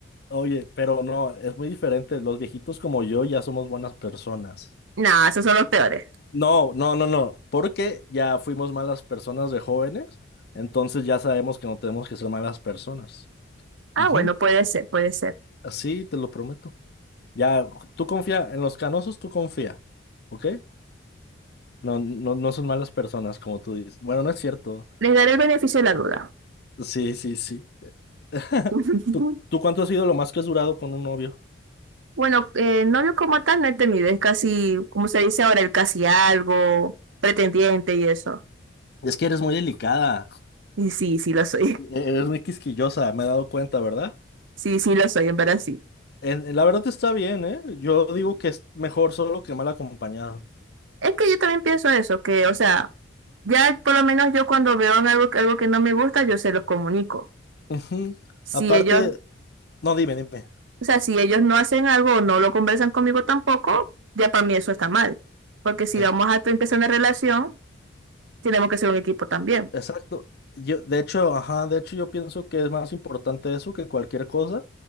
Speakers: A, on the left (about 55°); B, on the right (about 75°).
A: oye, pero no, es muy diferente, los viejitos como yo ya somos buenas personas.
B: Nah, esos son los peores.
A: No, no, no, no, porque ya fuimos malas personas de jóvenes, entonces ya sabemos que no tenemos que ser malas personas.
B: Ah,
A: Ujú.
B: bueno, puede ser, puede ser.
A: Sí, te lo prometo. Ya, tú confía, en los canosos tú confía, ¿ok? No, no, no son malas personas, como tú dices. Bueno, no es cierto.
B: Les daré el beneficio de la duda.
A: Sí, sí, sí. <laughs>
B: <laughs>
A: ¿Tú, tú cuánto has sido lo más que has durado con un novio?
B: Bueno, eh, novio como tal no he tenido, es casi, como se dice ahora, el casi algo, pretendiente y eso.
A: Es que eres muy delicada,
B: Y sí, sí lo soy.
A: e- eres muy quisquillosa, me he dado cuenta, ¿verdad?
B: Sí, sí, lo soy, en verdad sí.
A: En- en- la verdad está bien, ¿eh? Yo digo que es mejor solo que mal acompañado.
B: Es que yo también pienso eso, que, o sea, ya por lo menos yo cuando veo en algo, algo que no me gusta, yo se los comunico.
A: Ujú.
B: Si
A: Aparte,
B: ellos,
A: no, dime, dime.
B: o sea, si ellos no hacen algo o no lo conversan conmigo tampoco, ya para mí eso está mal. Porque si
A: Es-
B: vamos a empezar una relación, tenemos que ser un equipo también.
A: Exacto. Yo, de hecho, ajá, de hecho yo pienso que es más importante eso que cualquier cosa,